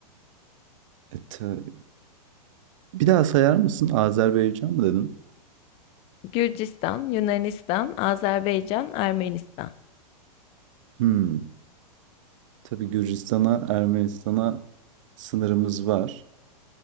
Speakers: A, on the right; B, on the left.
A: E, ta- bir daha sayar mısın? Azerbaycan mı dedin?
B: Gürcistan, Yunanistan, Azerbaycan, Ermenistan.
A: Hmm. Tabii Gürcistan'a, Ermenistan'a sınırımız var.